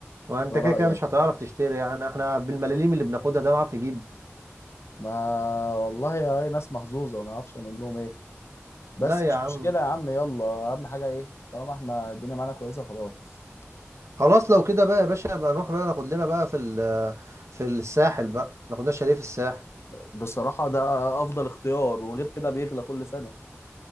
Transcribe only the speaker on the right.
وانت
كده
كده مش هتعرف تشتري يعني احنا بالملاليم اللي بناخدها ده نعرف نجيب
لا
يا عم
خلاص لو كده بقى يا باشا بقى نروح بقى ناخد لنا بقى في ال- في الساحل بقى ناخد لنا شاليه في الساحل